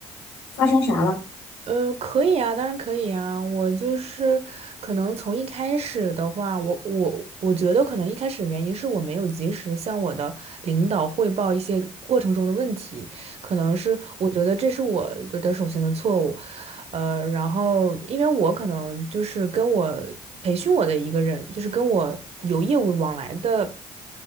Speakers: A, on the left; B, on the right.
A: 发生啥了？
B: 呃，可以啊，当然可以啊。我就是可能从一开始的话，我我我觉得可能一开始的原因是我没有及时向我的领导汇报一些过程中的问题，可能是我觉得这是我的的首先的错误。呃，然后因为我可能就是跟我培训我的一个人，就是跟我有业务往来的。